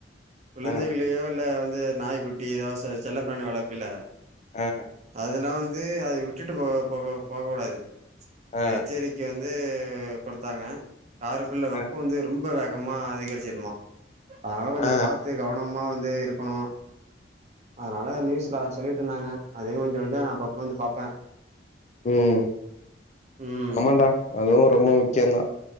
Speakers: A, on the right (about 35°); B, on the left (about 40°).
A: குழந்தைகளையோ
B: ஆ
A: இல்ல வந்து நாய்க் குட்டி எதோ செ செல்லப்பிராணி வளர்ப்பீல
B: ஆ
A: அதெல்லா வந்து அத விட்டுட்டு போ போக போக கூடாது
B: ஆ
A: அது எச்சரிக் க்க வந்து குடுத்தாங்க காருக்குள்ள வெப்போ
B: ஆ
A: வந்து ரொம் ம்ப வேகமாக அதிகரிச்சிருமா அதனால கொஞ்ச
B: ஆ
A: பாத்து கவனமா வந்து இருக்கணு அதனால நியூஸ்ல அத சொல்லிட்டு இருந்தாங்க அதையு கொஞ்ச கொஞ்ச அப்பப்ப வந்து பாப்பே
B: ம்
A: ம்,
B: ஆமான்டா அதுவு ரொம்ப முக்கியந் தா